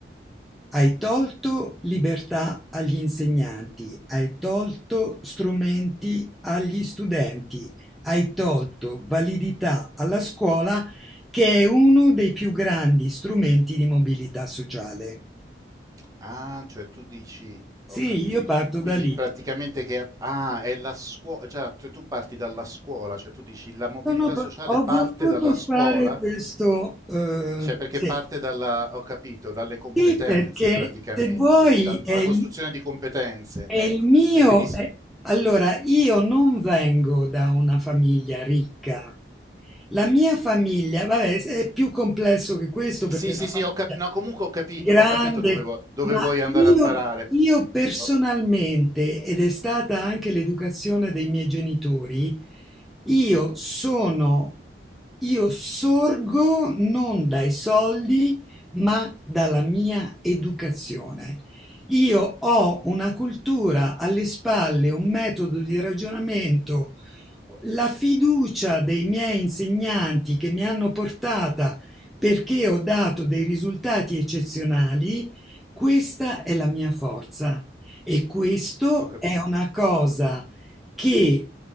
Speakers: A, in the centre; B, on the right.
A: hai tolto libertà agli insegnanti, hai tolto strumenti agli studenti, hai tolto validità alla scuola che è uno dei più grandi strumenti di mobilità sociale.
B: Ah, cioè tu dici,
A: Sì,
B: ho capito,
A: io parto
B: quindi
A: da lì.
B: praticamente che, ah, è la scuola, cioè, cioè tu parti dalla scuola, cioè tu dici la mobilità
A: Sono par-
B: sociale
A: ho
B: parte
A: voluto
B: dalla
A: fare
B: scuola,
A: questo, eh,
B: cioè perché
A: sì,
B: parte dalla, ho capito, dalle competenze
A: Sì, perché
B: praticamente,
A: se vuoi
B: dal-
A: è,
B: dalla costruzione di competenze,
A: E
B: ecco,
A: il mio,
B: e quindi... s-
A: eh, allora, io non vengo da una famiglia ricca. La mia famiglia, vabbè, è più complesso che questo perché
B: Sì, sì,
A: la
B: sì,
A: famiglia
B: ho capito, no, comunque ho capito,
A: è grande,
B: ho capito dove, vo- dove
A: ma
B: vuoi andare
A: io,
B: a parare,
A: io personalmente,
B: ho,
A: ed è stata anche l'educazione dei miei genitori, io sono, io sorgo non dai soldi, ma dalla mia educazione. Io ho una cultura alle spalle, un metodo di ragionamento, la fiducia dei miei insegnanti che mi hanno portata perché ho dato dei risultati eccezionali, questa è la mia forza. E questo
B: ho capito.
A: è una cosa che